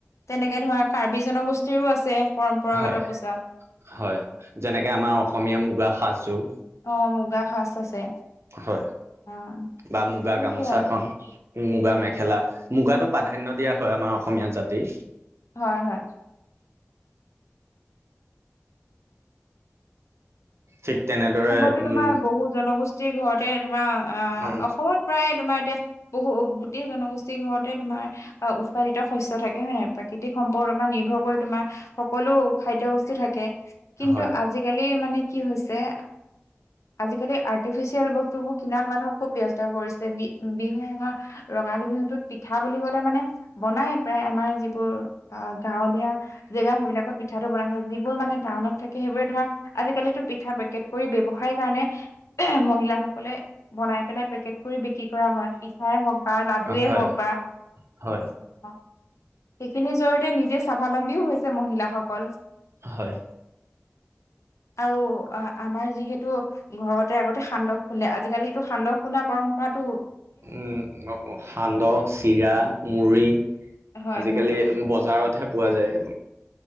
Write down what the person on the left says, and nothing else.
তেনেকে ধৰা কাৰ্বি জনগোষ্ঠীৰও আছে পৰম্পৰাগত
পোছাক।
অহ মুগা সাজ আছে।
অ
সেইটোৱে
আৰু
হয় হয়।
অসমতো
তোমাৰ বহু জনগোষ্ঠীৰ ঘৰতে তোমাৰ আঁহ
অসমত প্ৰায় তোমাৰ এতিয়া বহু গোটেই জনগোষ্ঠীৰ ঘৰতে তোমাৰ উৎপাদিত শস্য থাকে হয় নাই। প্ৰাকৃতিক সম্পদৰ পৰা নিৰ্ভৰ কৰি তোমাৰ সকলো খাদ্যৰ বস্তু থাকে। কিন্তু
আজি- আজিকালি মানে কি হৈছে- আজিকালি আৰ্টিফিচিয়েল বস্তুবোৰ কিনাত মানুহ খুব ব্যস্ত হৈ পৰিছে। বিহু <unintelligible> ৰঙালী বিহুতো'ত পিঠা বুলি ক'লে মানে বনাই প্ৰায়, আমাৰ যিবোৰ অ গাঁৱলীয়া জেগা সেইবিলাকত পিঠাটো বনাই থাকে। যিবোৰ মানে টাউন থাকে সেইবোৰে ধৰা আজিকালি পিঠা পেকেট, কৰি ব্যৱসায় কাৰণে মহিলাসকলে। বনাই পেলাই পেকেট কৰি বিক্ৰী কৰা হয়, পিঠাই হওক বা, লাডুয়ে
হওক বা।
অ সেইখিনিৰ জৰিয়তে নিজে স্বাৱলম্বীও হৈছে মহিলাসকল।
আৰু আঁহ- আমাৰ যিহেতু ঘৰতে আগতে সান্দহ খুন্দে আজিকালিটো সান্দহ খুন্দা পৰম্পৰাতটো,
হয়
হয়।